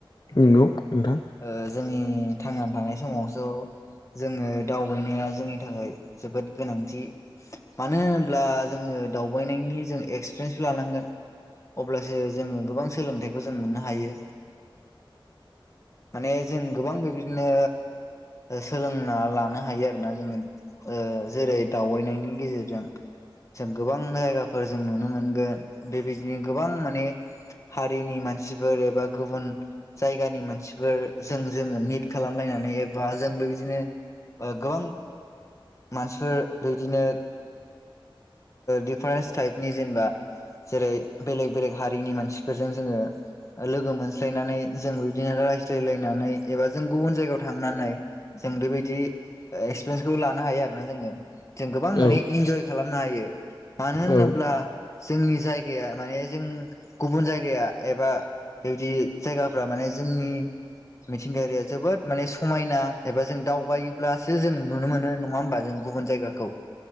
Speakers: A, on the left; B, on the left.
A: नोंगौ नोंथां।
B: ओ जोंनि थांनानै थानाय समावसो जोङो दावबायनाया जोंनि थाखाय जोबोद गोनांथि मानो होनोब्ला जोङो दावबायनायनि जों एक्सपिरियेन्सबो लानांगोन। अब्लासो जोङो गोबां सोलोंथाइखौ जों मोननो हायो। माने जों गोबां बेबायदिनो सोलोंना लानो हायो आरोना जोङो जेरै
A: औ
B: दावबायनायनि गेजेरजों जों गोबां जायगाफोर जों नुनो मोनगोन बेबायदिनो गोबां माने हारिनि मानसिफोर एबा गुबुन जायगानि मानसि बेफोर जों जोङो मिट खालामलायनानै एबा जों बेबायदिनो ओ गोबां मानसिफोर बिदिनो दिफारेन्स टाइपनि जेनेबा जेरै बेलेग बेलेग हारिनि मानसिफोरजों जोङो लोगो मोनस्लायनानै जों बिदिनो रा स्लायलायनानै एबा जों गुबुन जायगायाव थांनानै जों बेबायदि एक्सपिरियेन्सखौ लानो हायो आरो ना जोङो जों गोबां माने
A: औ
B: इन्जय खालामनो हायो। मानो होनोब्ला
A: औ
B: जोंनि जायगाया माने जों गुबुन जायगाया एबा बेबायदि जायगाफ्रा माने जोंनि मिथिंगायारिया जोबोद माने समायना एबा जों दावबायोब्लासो जों नुनो मोनो नङा होमबा? जों गुबुन जायगाखौ